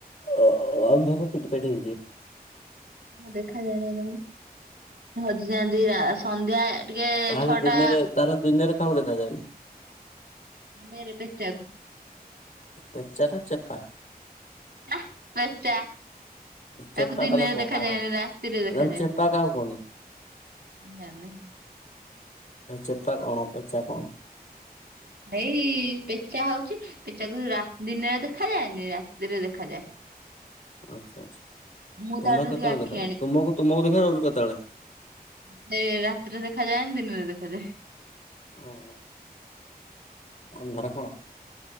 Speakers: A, on the left; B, on the right.
A: ଓ ଅ ଆମ ଘର ପିଟି ପାଟି ହେଇଚ଼ି।
B: ହଁ ଦେଖାଯାଏ ନା ତାଙ୍କୁ ସେ ହଜିଯାଆନ୍ତି ଆ ସନ୍ଧ୍ୟା ୟା ଟିକେ
A: ତାହେଲେ
B: ଛଅଟା
A: ଦିନରେ ତାହେଲେ ଦିନରେ କାହାକୁ ଦେଖାଯାଏନି
B: ନେରେ ପେଚ଼ାକୁ।
A: ପେଚ଼ା ନା ଚ଼େପା?
B: ଆଃ ପେଚା।
A: ଚେପା
B: ତାକୁ ଦିନରେ
A: ତାହେଲେ କଣ
B: ଦେଖାଯାଏନି
A: କାହା କୁହନ୍ତି?
B: ରାତିରେ ଦେଖାଯାଏ।
A: ତାହେଲେ ଚେପା କାହାକୁ କୁହନ୍ତି
B: ଯାନି।
A: ଚେପା କଅଣ ପେଚା କଅଣ?
B: ଏଇ ପେଚା ହଉଚ଼ି ପେଚାକୁ ରା ଦିନରେ ଦେଖାଯାଏନି ରାତିରେ ଦେଖାଯାଏ।
A: ଆଚ୍ଛା ଆଚ୍ଛା
B: ମୁଁ
A: ତୁମେ
B: ତାଠୁ
A: କେତେବେଳେ
B: ଟିକେ ଆଖି
A: ଦେଖା ଯାଅ ତୁମକୁ ତୁମକୁ ଦେଖା ଯାଉଚି କେତେବେଳେ?
B: ମତେ ରାତିରେ ଦେଖାଯାଏନି ଦିନରେ ଦେଖାଯାଏ।
A: ଓହୋ। ଅନ୍ଧାର କଣା।